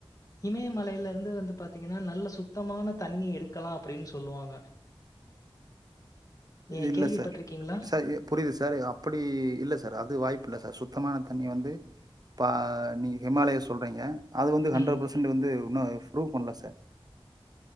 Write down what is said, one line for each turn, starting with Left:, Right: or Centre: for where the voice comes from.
Left: இமயமலையில இருந்து வந்து பாத்தீங்கன்னா நல்ல சுத்தமான தண்ணி எடுக்கலா அப்டின் சொல்லுவாங்க நீங்க
Right: இல்ல
Left: கேள்விப்பட்டிருக்கீங்களா?
Right: சார் சார் எ புரியுது சார் அப்டி இல்ல சார் அது வாய்ப்பு இல்ல சார் சுத்தமான தண்ணி வந்து பா நீங்க ஹிமாலயா சொல்றீங்க அது வந்து ஹண்ட்ரட்
Left: ம்.
Right: பர்சன்ட் வந்து உண்ணு ப்ரூவ் பண்ணல சார்